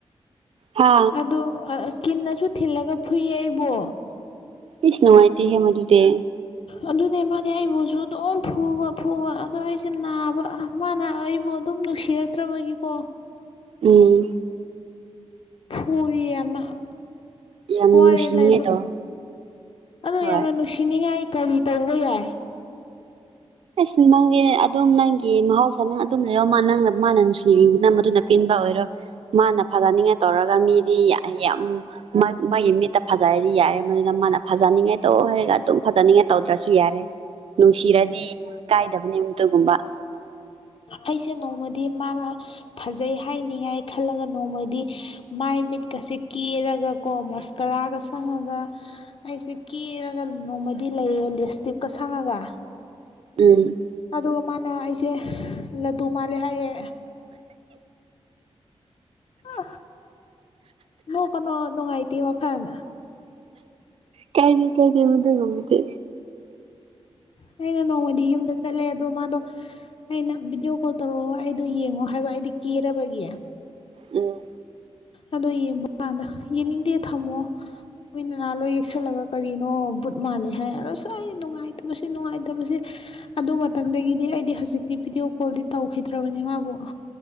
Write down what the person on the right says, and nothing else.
ꯍꯥ
ꯏꯁ ꯅꯨꯡꯉꯥꯏꯇꯦꯍꯦ ꯃꯗꯨꯗꯤ
ꯎꯝ
ꯌꯥꯝꯅ
ꯅꯨꯡꯁꯤꯅꯤꯡꯉꯥꯏ
ꯇꯧ
ꯍꯣꯏ
ꯑꯁ ꯅꯪꯒꯤ ꯑꯗꯨꯝ ꯅꯪꯒꯤ ꯃꯍꯧꯁꯥ ꯅꯪ ꯑꯗꯨꯝ ꯂꯩꯌꯣ ꯃꯥ ꯅꯪꯅ ꯃꯥꯅ ꯅꯨꯡꯁꯤꯔꯤꯗꯨꯅ ꯃꯗꯨꯅ ꯄꯦꯟꯕ ꯑꯣꯏꯔꯣ ꯃꯥꯅ ꯐꯖꯅꯤꯡꯉꯥꯏ ꯇꯧꯔꯒ ꯃꯤꯗꯤ ꯌꯥꯝ ꯃꯥꯒꯤ ꯃꯤꯠꯇ ꯐꯖ ꯐꯖꯩ ꯍꯥꯏꯗꯤ ꯌꯥꯔꯦ ꯃꯗꯨꯗ ꯃꯥꯅ ꯐꯖꯅꯤꯡꯉꯥꯏ ꯇꯧ ꯍꯥꯏꯔꯒ ꯑꯗꯨꯝ ꯐꯖꯅꯤꯡꯉꯥꯏ ꯇꯧꯗ꯭ꯔꯁꯨ ꯌꯥꯔꯦ ꯅꯨꯡꯁꯤꯔꯗꯤ ꯀꯥꯏꯗꯕꯅꯦ ꯑꯃꯨꯛꯇꯒꯨꯝꯕ
ꯎꯝ
ꯀꯥꯏꯅꯦ ꯀꯥꯏꯗ ꯃꯗ ꯃꯪꯗꯤ
ꯎꯝ